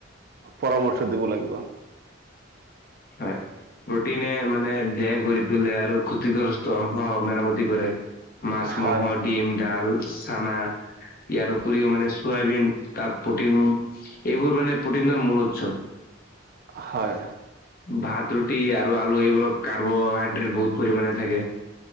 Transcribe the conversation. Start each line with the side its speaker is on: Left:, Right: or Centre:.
Right: পৰামৰ্শ দিব লাগিব।
Left: হয়। প্ৰটিনে মানে দেহ গঢ়ি তোলে আৰু ক্ষতিগ্ৰস্ত অংশ মেৰামতি কৰে। মাছ,
Right: হয়
Left: মাংস, ডিম, ডাল, চানা ইয়াৰ উপৰিও মানে চয়াবিন তাত প্ৰটিন এইবোৰ মানে প্ৰটিনৰৰ মূল উৎসৱ।
Right: হয়।
Left: ভাত, ৰুটি আৰু আলু এইবোৰক কাৰ্বহাইড্ৰেট বহুত পৰিমাণে থাকে।